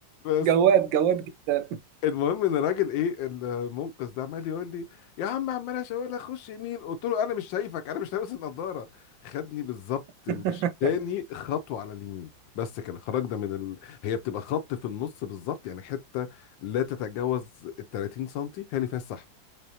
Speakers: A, on the left; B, on the right.
A: بس
B: جواد جواد جدا
A: المهم ان الراجل ايه المنقذ ده عمال يقول لي يا عم عمال اشاور لك خش يمين قلت له انا مش شايفك انا مش لابس النضاره خدني بالظبط
B: <laughs>
A: مشاني خطوه على اليمين بس كده خرجنا من ال... هي بتبقى خط في النص بالظبط يعني حته لا تتجاوز ال 30 سم هي اللي فيها السحب